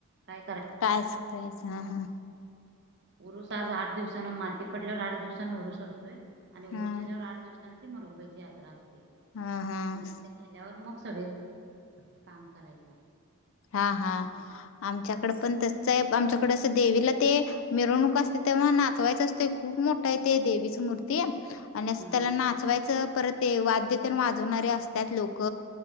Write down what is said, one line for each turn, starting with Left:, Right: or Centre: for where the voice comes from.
Right: काय
Left: टास्क खेलाच हा-हा.
Right: उरुस आज आठ दिवसाांना माती पडल्यावर आठ दिवसान उरुस असतोय. आणि उरच
Left: हा
Right: झाल्यावर आठ दिवसांनी. मरगुबाईची याता अस.
Left: हा हा
Right: मग ते झाल्यावर मग सव काम करायचं.
Left: हा हा आमच्याकडे पण त आमच्याकडे असं देवीला ते मिरवणूक असते तेव्हा नाचवायच असत खूप मोठा आहे ते देवीची मूर्ती आणि
Right: हा
Left: त्याला
Right: हा
Left: नाचवायचं परत. ते वाद्यते वाजवणारे असतात लोक